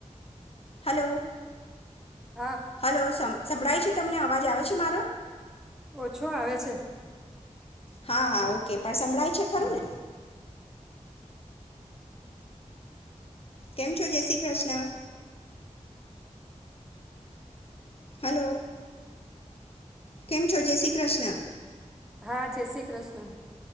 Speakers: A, on the left (about 50°); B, in the centre.
A: હલો
B: હા
A: હલો સં સંભળાય છે? તમને અવાજ આવે છે મારો?
B: ઓછો આવે છે.
A: હા, હા ઓકે. પણ સંભળાય છે ખરું
B: હમ,
A: ને? કેમ છો જય શ્રી કૃષ્ણ. હલો. કેમ છો જેય શ્રી કૃષ્ણ
B: હા જય શ્રી કૃષ્ણ.